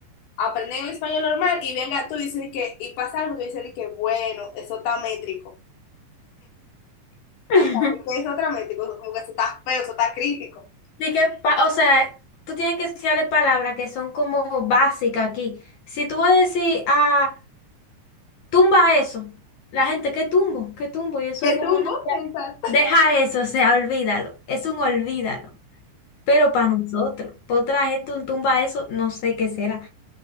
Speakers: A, on the left; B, on the left.
A: Aprenden el español normal y venga tú y dices que, y pasa algo, tú dices que, bueno, eso está métrico.
B: <laughs>
A: Tú sabes que eso está métrico, eso- como que eso está feo, eso está crítico.
B: Así que, pa- o sea, tú tienes que enseñarle palabras que son como básicas aquí. Si tú vas a decir, ah, tumba eso, la gente, ¿qué tumbo? ¿Qué tumbo? Y eso
A: Te
B: es como,
A: tumbo,
B: no, ya,
A: exacto.
B: deja eso, o sea, olvídalo. Es un olvídalo. Pero para nosotros, para otra gente un tumba eso, no sé qué será.